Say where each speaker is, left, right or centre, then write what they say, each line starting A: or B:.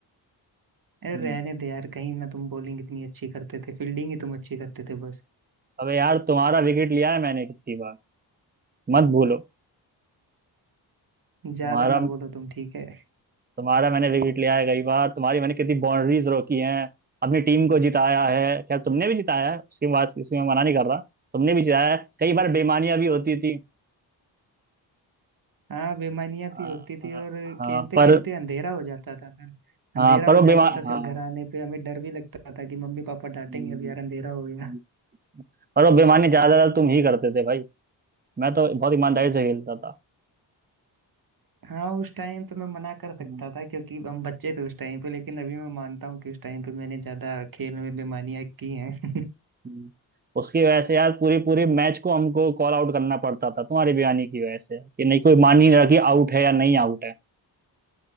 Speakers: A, on the right (about 50°); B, on the right (about 20°).
A: अरे
B: हम्म,
A: रहने दे यार कहीं ना तुम बॉलिंग इतनी अच्छी करते थे फील्डिंग ही तुम अच्छी करते थे बस
B: अबे यार तुम्हारा विकेट लिया है मैंने कितनी बार मत भूलो
A: ज्यादा
B: तुम्हारा
A: ना बोलो तुम ठीक है
B: तुम्हारा मैंने विकेट लिया है कई बार तुम्हारी मैंने कितनी बाउंड्रीज रोकी हैं अपनी टीम को जिताया है खैर तुमने भी जिताया है उसकी बात इसमें मैं मना नहीं कर रहा तुमने भी जिताया है कई बार बेईमानियां भी होती थी
A: हाँ बेमानियां
B: हाँ
A: भी होती
B: हाँ
A: थी और
B: हाँ,
A: खेलते
B: पर
A: खेलते अंधेरा हो जाता था फिर अंधेरा
B: हाँ पर
A: हो
B: वो बेमा
A: जाता था
B: हाँ
A: फिर घर आने पे हमें डर भी लगता था कि मम्मी पापा डांटेंगे
B: हम्म,
A: अब यार अंधेरा हो गया
B: हम्म। पर वो बेईमानी ज्यादातर तुम ही करते थे भाई मैं तो बहुत ईमानदारी से खेलता था
A: हाँ उस टाइम पे मैं मना कर सकता
B: हम्म,
A: था क्योंकि हम बच्चे थे उस टाइम पे लेकिन अभी मैं मानता हूँ कि उस टाइम पे मैंने ज्यादा खेल में बेमानियां की हैं <laughs>
B: हम्म। उसकी वजह से यार पूरी पूरी मैच को हमको कॉल आउट करना पड़ता था तुम्हारी बयानी की वजह से कि नहीं कोई मान ही नहीं रहा कि आउट है या नहीं आउट है